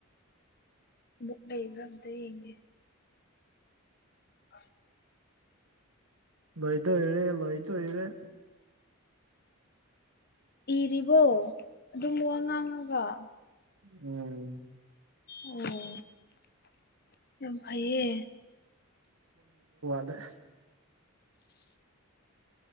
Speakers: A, on the left (about 45°); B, on the right (about 80°).
A: ꯑꯃꯨꯛ ꯂꯩꯕ꯭ꯔꯥ ꯑꯝꯇ ꯌꯦꯡꯒꯦ ꯍ
B: ꯂꯣꯏꯗ ꯍꯣꯏꯔꯦ ꯂꯣꯏ ꯇ ꯑꯣꯏꯣꯏꯔꯦ
A: ꯏꯔꯤꯕꯣ ꯑꯗꯨꯝ ꯋꯥ ꯉꯥꯡꯉꯒ
B: ꯎꯝ
A: ꯑꯣ ꯌꯥꯝ ꯐꯩꯌꯦ
B: ꯗꯩ